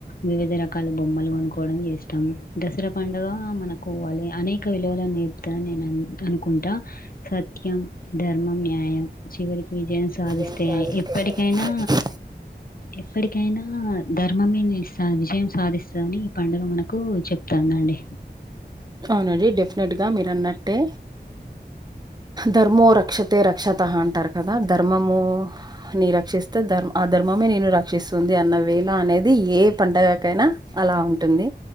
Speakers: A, on the left; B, on the right.
A: వివిధ రకాల బొమ్మలు కొనుక్కవడం చేస్తాం దసరా పండుగ మనకు పోవ్వాలి అనేక విలువలు నరు నేను అనుకుంటా సత్యం ధర్మం న్యాయం చివరికి విజయం సాధిస్తే
B: ఏం సాధిస్తేనే
A: ఎప్పటికైనా ఎప్పటికైనా ధర్మమే విజయం సాధిస్త అని ఈ పండుగ మనకు చెప్తానుండి
B: అవునండి డెఫినెట్ గా మీరున్నట్టే ధర్మో రక్షతే రక్షతః అంటారు కదా ధర్మము ని రక్షిస్తే ధర్మ అద ధర్మమ నిన్ను రక్షిస్తుంది అన్న వే ళో అనేది ఏ పంటగకైనా అలా ఉంటుంది